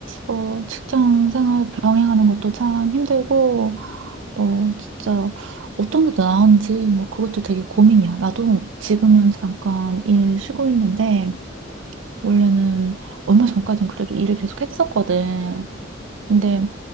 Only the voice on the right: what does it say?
어, 직장 생활 병행하는 것도 참 힘들고,
뭐 진짜 어떤 게 더 나은지 뭐 그것도 되게 고민이야. 나도
지금은 잠깐 일 쉬고 있는데
원래는 얼마 전까진 그래도 일을 계속 했었거든.
근데